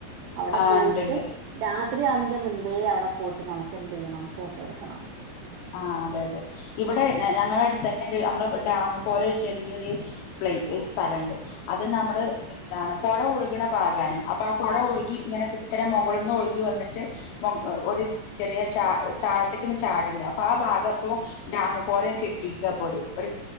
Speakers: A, on the right; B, on the left.
A: അവിടെ
B: ആഹ്
A: പോയിട്ട്
B: ഇണ്ട് ഇണ്ട്
A: ഒത്തിരിയാവുന്നതിന്റെ മുൻപേ അവിടെ പോയിട്ട് നമുക്ക് എന്ത് ചെയ്യണം ഫോട്ടോ എടുക്കണം
B: ആ അതെ അതെ ഇവിടെ
A: ഫോട്ടോ എടുക്കണം
B: ഞങ്ങളുടെ അടുത്ത് തന്നെ നമ്മള് ഡാമ് പോലെ ചെറിയ ഒരു പ്ലേ
A: ഉം,
B: സ്ഥലമുണ്ട് അത് നമ്മള്
A: ഉം,
B: എന്താണ് പുഴ ഒഴുകണ ഭാഗമാണ് അപ്പൊ ആ പുഴ ഒഴുകി ഇങ്ങനെ കുത്തനെ മുകളിന്ന് ഒഴുകി വന്നിട്ട് ഒരു ചെറിയ ചാ താഴത്തക്ക് ചാടുണ്ട് അപ്പൊ ആ ഭാഗത്തും ഡാമ് പോലെ കെട്ടിക്ക പോ ഒരു